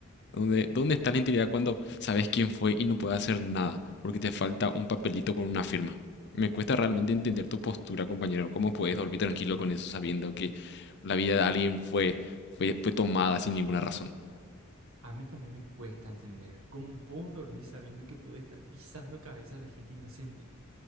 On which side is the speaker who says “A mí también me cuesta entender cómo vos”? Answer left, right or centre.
Right